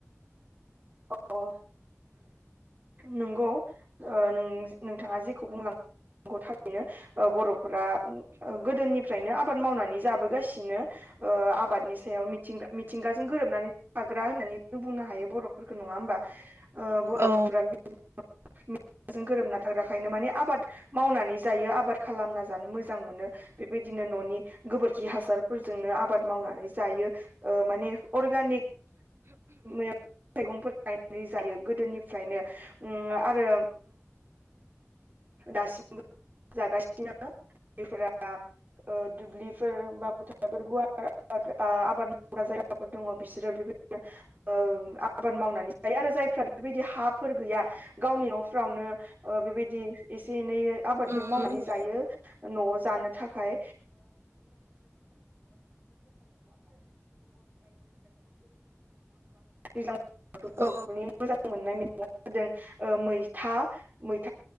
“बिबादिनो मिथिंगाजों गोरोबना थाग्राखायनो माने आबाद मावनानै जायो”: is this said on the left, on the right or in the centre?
Right